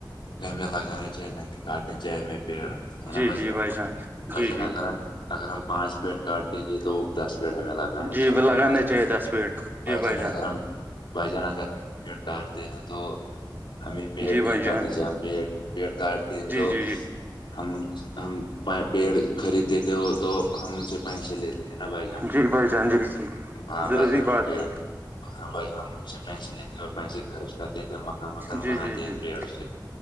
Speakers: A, on the left; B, on the right.
A: گغمبے لگان ا چائے ن کہہ کٹن چائے ہم بیڑ ہے
B: جی
A: نا بچان
B: جی بھائی جان
A: بچان
B: جی جی
A: اگر ہم اگر ہم پانچ پٹ کاٹ کے یہ دو دس پیڑ ہمیں لگانا
B: جی
A: چاہیے
B: ب لگانا
A: نا پہلے
B: چاہیے دس پیڑ
A: بھجنگررم
B: جی بھائی جان
A: بجنگررم پٹار دین تو ہمیں پیڑ
B: جی بھائی
A: نہیں
B: جان
A: کاٹنے چاہیے ہم پیڑ پیڑ کاٹتے ہیں
B: جی
A: تو
B: جی جی
A: ہم پیڑ خریدتے تھے وہ تو ہم سے پیسے لیتے ہیں نا بھائی
B: جی بھائی جان جی جی
A: ہاں
B: ضروری
A: بس ہاں
B: بات ہے
A: بھائی جان ان سے پیسے دیتے ہیں اور پیسے خرچ کرتے ہیں مکان وکان
B: جی
A: بناتے
B: جی
A: ہیں
B: جی
A: پیڑوں
B: جی
A: سے